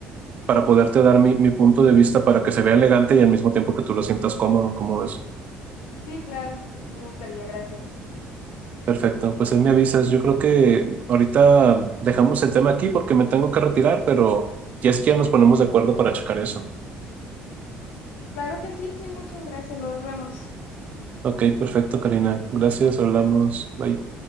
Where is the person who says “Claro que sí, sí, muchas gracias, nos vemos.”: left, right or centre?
Left